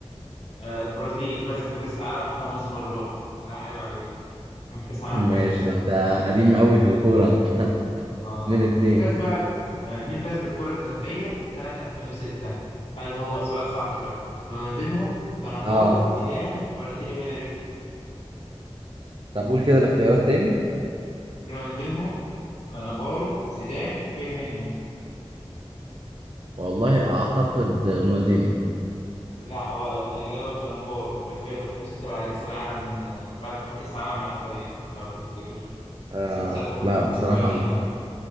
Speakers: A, on the left; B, on the right.
A: آه، البرازيل فازت بكأس العالم خمس مرات آه، عيب عليك كان في كأس العالم
B: <laughs> ماشي
A: كويس
B: ده انت قديم قوي في الكورة انت <laughs>
A: اه
B: اتنين اتنين
A: مين فاز بقى آه، مين فاز بالكرة الذهبية سنة 2006 هل هو سؤال صعب شوية رونالدينهو كانافارو
B: اه
A: زيدان ولا تيري هنري
B: طب قول كده الاختيارات تاني
A: رونالدينهو كانافارو زيدان تيري هنري
B: والله اعتقد رونالدينيو
A: لا غلط الإجابة كانافارو فاز بيها في 2006 بعد كأس العالم آه، بعد ما خد كأس العالم مع إيطاليا لو تفتكر
B: آه
A: بس انت ساعتها كنا
B: لا بصراحة
A: كنا صغيرين
B: ما.
A: يعني